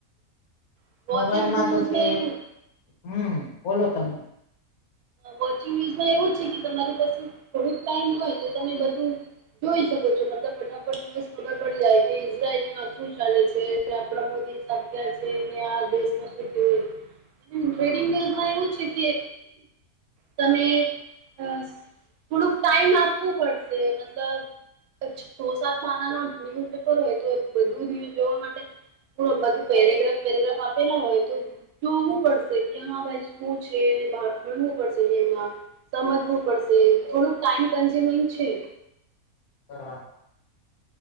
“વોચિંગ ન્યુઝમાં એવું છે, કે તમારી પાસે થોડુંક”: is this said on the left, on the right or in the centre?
Right